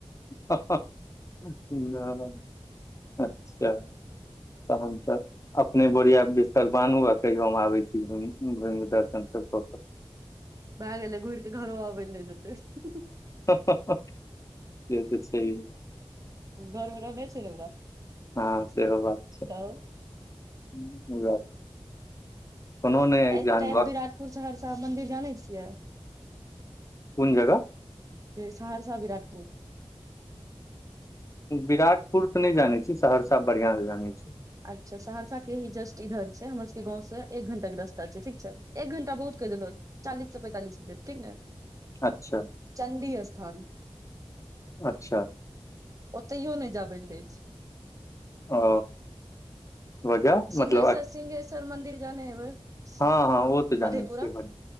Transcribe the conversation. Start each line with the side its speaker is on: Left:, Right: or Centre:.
Left: ह ह <unintelligible> अच्छा तहन तऽ अपने बोरिया बिस -तर बानहु, आ कहियो हम आबै छी घुम- घुइम क दर्शन सब कऽ कऽ।
Right: भए गेलै, घुइर केऽ घरो अबै लैं नहि देतै।
Left: <unintelligible> से तऽ छैहे।
Right: घर मे रहने छै ने ओकरा
Left: हाँ सेहो बात छैय।
Right: तऽ
Left: <unintelligible> कोनो नहि अइ
Right: अइते
Left: जहन वक्त
Right: विराटपुर सहरसा मन्दिर जानै छियै।
Left: कुन जगह
Right: एय सहरसा विराटपुर।
Left: विराटपुर तऽ नहि जानै छियै, सहरसा बढ़ियां से जानै छियै।
Right: अच्छा सहरसा के ही जस्ट इधर छै, हमर सबके गाँंव से एक घण्टा के रास्ता छै, ठीक छै, एक घंटा बहुत कैह देलौ। चालीस स पैंतालिस मिनट ठीक ने।
Left: अच्छा
Right: चण्डी स्थान।
Left: अच्छा
Right: ओतहियो नहि जाबै लैं दय छय।
Left: ओ वजह
Right: सिंहेश्वर
Left: मतलब
Right: -सिंहेश्वर मंन्दिर जाने हेबै।
Left: हँ हँ ओ तऽ जानै
Right: मधेपुरा
Left: छियै बढ़